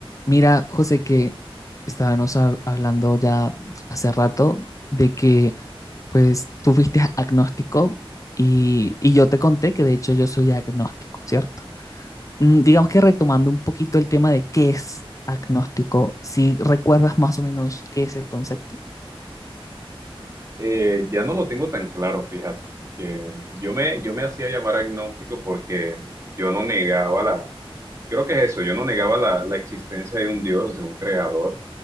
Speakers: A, on the left; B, on the right.
A: Mira, José, que estábamos hab- hablando ya hace rato de que pues tú fuiste agnóstico y, y yo te conté que de hecho yo soy agnóstico, ¿cierto? Mm, digamos que retomando un poquito el tema de qué es agnóstico, si recuerdas más o menos qué es el concepto.
B: Eh, ya no lo tengo tan claro, fíjate. Que yo me, yo me hacía llamar agnóstico porque yo no negaba la, creo que es eso, yo no negaba la, la existencia de un Dios, de un creador,